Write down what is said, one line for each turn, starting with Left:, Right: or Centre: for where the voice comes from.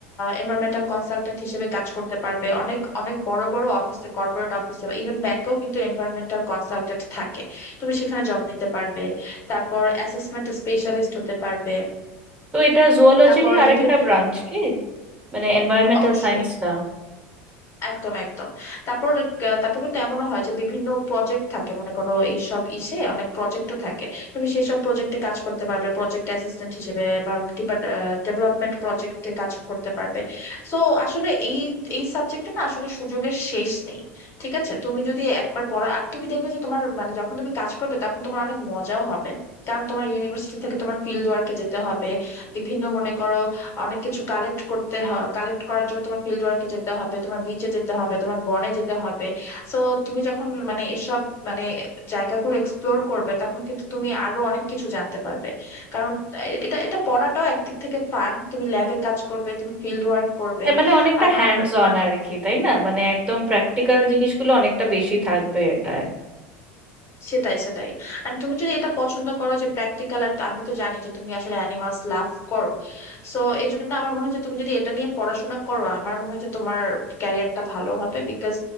Left: এনভায়রনমেন্টাল কনসালটেন্ট হিসেবে কাজ করতে পারবে অনেক অনেক বড় বড় অফিসে কর্পোরেট অফিসে ইভেন ব্যাংকেও কিন্তু এনভায়রনমেন্টাল কনসালটেন্ট থাকে তুমি সেখানে জব নিতে পারবে তারপর অ্যাসেসমেন্ট স্পেশালিস্ট হতে পারবে
Right: তো এটা জুওলজিরই
Left: তারপর
Right: আরেকটা
Left: বিভিন্ন
Right: ব্রাঞ্চ কি মানে এনভায়রনমেন্টাল
Left: অবশ্যই
Right: সায়েন্সটা
Left: একদম একদম তারপর ক- তারপর কিন্তু এমনও হয় যে বিভিন্ন প্রজেক্ট থাকে মনে করো এইসব ইসে অনেক প্রজেক্টও থাকে তুমি সেই সব প্রজেক্টে কাজ করতে পারবে প্রজেক্ট অ্যাসিস্ট্যান্ট হিসেবে বা ডেভেলপমেন্ট প্রজেক্টে কাজ করতে পারবে সো আসলে এই এই সাবজেক্টে না আসলে সুযোগের শেষ নেই ঠিক আছে তুমি যদি একবার পড়া আর তুমি দেখবে যে তোমার মানে যখন তুমি কাজ করবে তখন তোমার অনেক মজাও হবে কারণ তোমার ইউনিভার্সিটি থেকে তোমার ফিল্ড ওয়ার্কে যেতে হবে বিভিন্ন মনে করো অনেক কিছু কালেক্ট করতে হয় কালেক্ট করার জন্য তোমার ফিল্ড ওয়ার্কে যেতে হবে তোমার বিচে যেতে হবে তোমার বনে যেতে হবে সো তুমি যখন মানে এসব মানে জায়গাগুলো এক্সপ্লোর করবে তখন কিন্তু তুমি আরো অনেক কিছু জানতে পারবে কারণ এ- এটা এটা পড়াটাও একদিক থেকে ফান তুমি ল্যাবে কাজ করবে তুমি ফিল্ড ওয়ার্ক করবে
Right: হ্যাঁ মানে অনেকটা
Left: আবার
Right: হ্যান্ডস
Left: তোমার
Right: অন আর কি তাই না মানে একদম প্র্যাকটিক্যাল জিনিসগুলো অনেকটা বেশি থাকবে এটায়
Left: সেটাই সেটাই আর তুমি যদি এটা পছন্দ করো যে প্র্যাকটিক্যাল আর আমি তো জানি যে তুমি আসলে অ্যানিমালস লাভ করো সো এই জন্য আমার মনে হচ্ছে তুমি যদি এটা নিয়ে পড়াশোনা করো আমার মনে হচ্ছে তোমার ক্যারিয়ারটা ভালো হবে বিকজ